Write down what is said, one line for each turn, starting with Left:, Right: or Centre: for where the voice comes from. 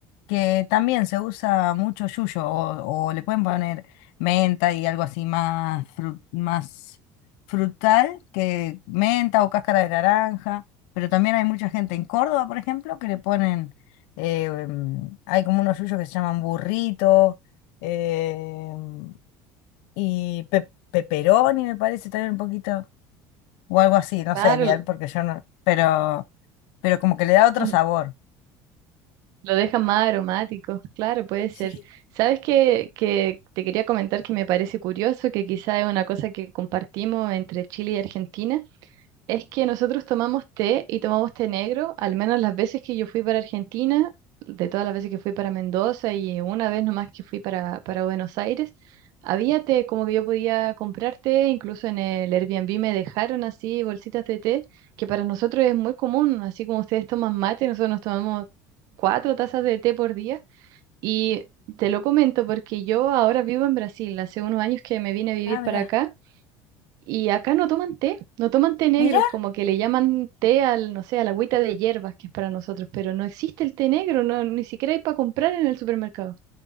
Left: que también se usa mucho yuyo o, o le pueden poner menta y algo así más, fru- más frutal que menta o cáscara de naranja, pero también hay mucha gente en Córdoba, por ejemplo, que le ponen, eh, em, hay como unos yuyos que se llaman burrito em, y pe- pepperoni me parece también un poquito, o algo así, no
Right: claro,
Left: sé bien, porque yo no, pero, pero como que le da otro
Right: <laughs>
Left: sabor.
Right: Lo deja más aromático, claro, puede ser.
Left: Sí.
Right: ¿Sabes qué, que te quería comentar que me parece curioso, que quizá es una cosa que compartimos entre Chile y Argentina? Es que nosotros tomamos té y tomamos té negro, al menos las veces que yo fui para Argentina, de todas las veces que fui para Mendoza y una vez nomás que fui para, para Buenos Aires, había té, como que yo podía comprar té, incluso en el Airbnb me dejaron así bolsitas de té, que para nosotros es muy común, así como ustedes toman mate, nosotros nos tomamos cuatro tazas de té por día y te lo comento porque yo ahora vivo en Brasil, hace unos años que me vine a vivir
Left: Ah,
Right: para
Left: mira.
Right: acá. Y acá no toman té, no toman té negro,
Left: Mirá,
Right: como que le llaman té al, no sé, a la agüita de hierbas que es para nosotros, pero no existe el té negro, no, ni siquiera hay para comprar en el supermercado.